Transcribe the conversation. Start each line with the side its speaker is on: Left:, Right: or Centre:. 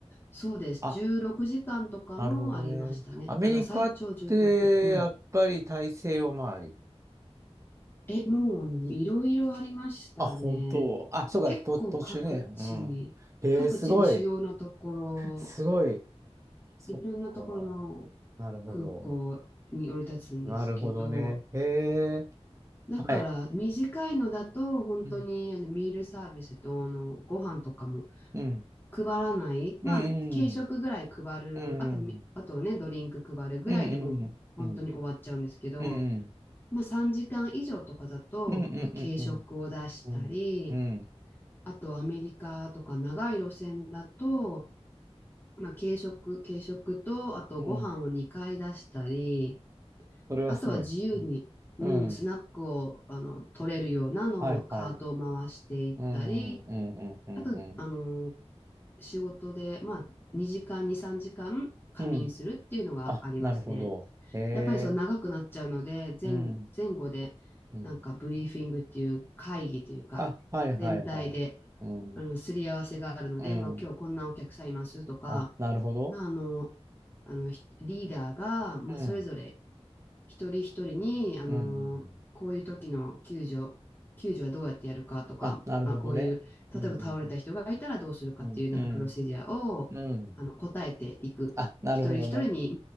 Left: そうです。
Right: あ、
Left: 16時間とかもありましたね。
Right: なるほどね。アメリカって、
Left: だから最長16。うん。
Right: やっぱり大西洋周り。
Left: え、もう、あの、いろいろありましたね。
Right: あ、本当。あ、そうか、
Left: 結構各地に、
Right: と、途中ね。うん。えー、
Left: 各地に主要なところ、
Right: すごい。すごい。そっか。
Left: いろんなところの空港に降り立つんですけど、
Right: なるほど。なるほどね。へえ。
Left: だから短いのだと本当にあのミールサービスとあのご飯とかも
Right: はい。うん。うん。
Left: 配らない、
Right: うん。
Left: まあ軽食ぐらい配る、
Right: うん。
Left: あとみ、あとね、ドリンク配るぐらいでもう本当に終わっちゃうんですけど、
Right: うん。うん。うん。うん。うん。
Left: まあ3時間以上とかだと、
Right: うん。うん。
Left: まあ軽食を出したり、
Right: うん。うん。うん。
Left: あとアメリカとか長い路線だと、まあ、軽食、軽食と、あとご飯を2回出したり、
Right: うんそれはすごい。
Left: あとは自由に、うん、
Right: うん。
Left: スナックをあの取れるようなのをカートを回していったり、
Right: はいはい。うんうんうんうんうん
Left: あと、あの、仕事で、まあ、2時間、2、3時間仮眠するっていうのがありますね。
Right: うん。あ、なるほど。へえ。
Left: やっぱりそう長くなっちゃうので、前、
Right: うん。
Left: 前後で、
Right: うん。
Left: なんかブリーフィングっていう会議というか、
Right: あ、はいはいはい。
Left: 全体で
Right: うん。
Left: あの、すり合わせがあるので、
Right: うん。
Left: まあ、今日こんなお客さんいますとか、
Right: あ、なるほど。
Left: まあ、あの、あの、ひリーダーが、まあ、
Right: うん。
Left: それぞれ一人一人に、あの、
Right: うん。うん
Left: こういう時の救助、救助はどうやってやるかとか、
Right: あ、なるほどね。
Left: まあ、こういう、
Right: うん。
Left: 例えば倒れた人がいたらどうするかっていうなんかプロセデュアを、
Right: うん。うん。うん。うん
Left: あの、答えていく。
Right: あ、なるほどね。
Left: 一人一人に、